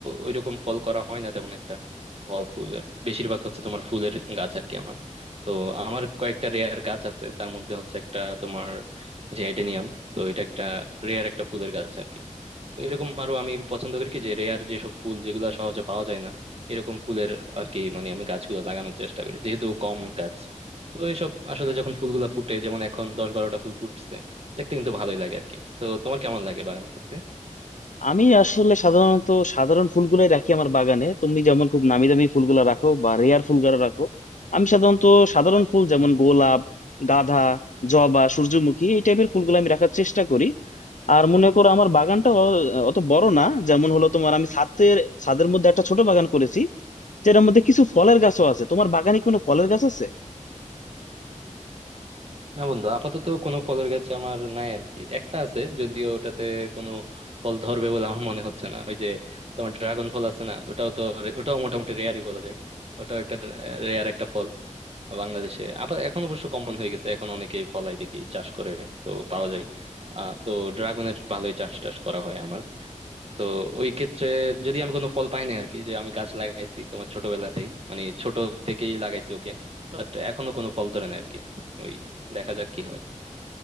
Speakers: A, on the right; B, on the left.
A: ওইরকম ফল করা হয় না তেমন একটা ফল ফুলের বেশিরভাগ হচ্ছে তোমার ফুলের গাছ আর কি আমার তো আমার কয়েকটা রেয়ার গাছ আছে তার মধ্যে হচ্ছে একটা তোমার যে এডেনিয়াম তো এটা একটা রেয়ার একটা ফুলের গাছ আর কি। তো এরকম আরো আমি পছন্দ করি কি যে রেয়ার যেসব ফুল যেগুলো সহজে পাওয়া যায় না এরকম ফুলের আর কি মানে আমি গাছগুলো লাগানোর চেষ্টা করি যেহেতু কম গাছ তো এইসব আসলে যখন ফুলগুলো ফুটে যেমন এখন দশ বারোটা ফুল ফুটছে দেখতে কিন্তু ভালোই লাগে আর কি তো তোমার কেমন লাগে বাগান করতে
B: আমি আসলে সাধারণত সাধারণ ফুলগুলাই রাখি আমার বাগানে তুমি যেমন খুব নামি দামি ফুলগুলো রাখো বা রেয়ার ফুলগুলো রাখো আমি সাধারণত সাধারণ ফুল যেমন
A: হম হম
B: গোলাপ গাঁদা জবা সূর্যমুখী এই টাইপের ফুলগুলো আমি রাখার চেষ্টা করি আর মনে করো আমার বাগানটা অ-
A: আচ্ছা
B: অত বড় না যেমন হলো তোমার আমি ছাদের ছাদের মধ্যে একটা ছোট বাগান করেছি যেটার মধ্যে কিছু ফলের গাছও আছে তোমার বাগানে কোনো ফলের গাছ আছে
A: না বন্ধু আপাতত কোনো ফলের গাছ আমার নাই আর কি একটা আছে যদিও ওটাতে কোনো ফল ধরবে বলে আমার মনে হচ্ছে না ওই যে তোমার ড্রাগন ফল আছে না ওটাও তো রে- ওটাও মোটামুটি রেয়ারই বলা যায় ওটাও একটা রেয়ার একটা ফল বাংলাদেশে আবার এখন অবশ্য কমন হয়ে গেছে এখন অনেকেই ফলাই দেখি চাষ করে তো পাওয়া যায় আহ তো ড্রাগনের ভালোই চাষ টাস করা হয় আমার তো ওই ক্ষেত্রে যদি আমি কোনো ফল পাই না আর কি যে আমি গাছ লাগাইছি তোমার ছোটবেলাতেই মানে ছোট থেকেই লাগাইছি ওকে বাট এখনো কোনো ফল ধরে না আর কি ওই দেখা যাক কি হয়